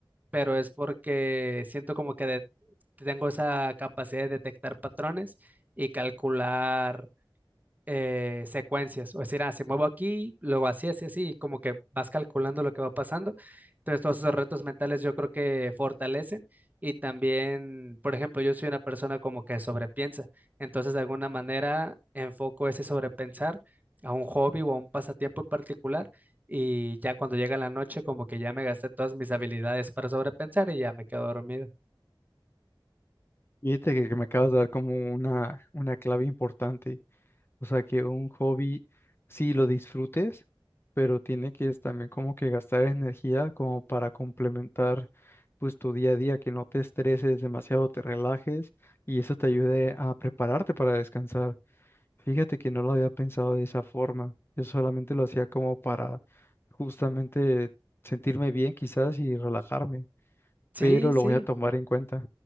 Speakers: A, on the right (about 20°); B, on the left (about 25°).
A: pero es porque siento como que de- tengo esa capacidad de detectar patrones y calcular eh, secuencias, o decir, ah, se muevo aquí, luego así, así, así, y como que vas calculando lo que va pasando. Entonces, todos esos retos mentales yo creo que fortalecen y también, por ejemplo, yo soy una persona como que sobrepiensa, entonces de alguna manera enfoco ese sobrepensar a un hobby o a un pasatiempo en particular y ya cuando llega la noche como que ya me gasté todas mis habilidades para sobrepensar y ya me quedo dormido.
B: Fíjate que, que me acabas de dar como una, una clave importante. O sea, que un hobby sí lo disfrutes, pero tiene que es también como que gastar energía como para complementar pues tu día a día, que no te estreses demasiado, te relajes y eso te ayude a prepararte para descansar. Fíjate que no lo había pensado de esa forma. Yo solamente lo hacía como para justamente sentirme bien quizás y relajarme,
A: Sí,
B: pero lo
A: sí.
B: voy a tomar en cuenta.